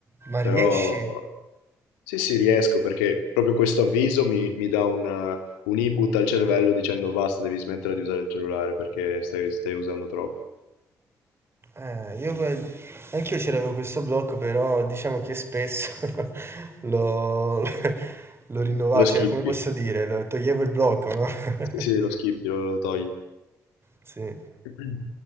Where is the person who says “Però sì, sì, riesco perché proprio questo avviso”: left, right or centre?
Left